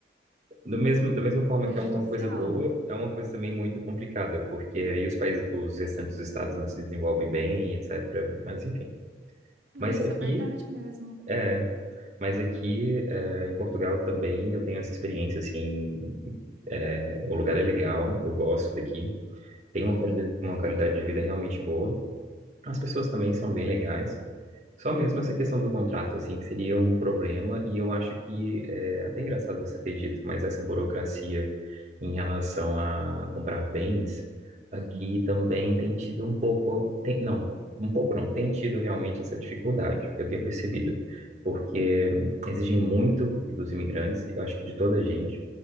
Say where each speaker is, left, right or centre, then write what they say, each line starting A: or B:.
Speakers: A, on the right; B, on the right.
A: do mesmo, da mesma forma
B: Prejudicial?
A: que é uma coisa boa, é uma coisa também muito complicada, porque aí os países, os restantes estados não se desenvolvem bem, etc. Mas enfim.
B: Não,
A: Mas
B: isso
A: aqui,
B: é verdade mesmo.
A: é, mas aqui é, em Portugal também eu tenho essa experiência, assim, é, o lugar é legal, eu gosto daqui, tem uma
B: Uhum,
A: qualidade, uma qualidade de vida realmente boa. As pessoas também são bem legais. Só mesmo essa questão do contrato, assim, que seria um problema, e eu acho que é até engraçado você ter dito, mas essa burocracia em relação a comprar bens, aqui
B: uhum,
A: também tem tido um pouco, tem, não, um pouco não, tem tido realmente essa dificuldade, eu tenho percebido, porque hum, exigem muito dos imigrantes, eu acho que de toda a gente,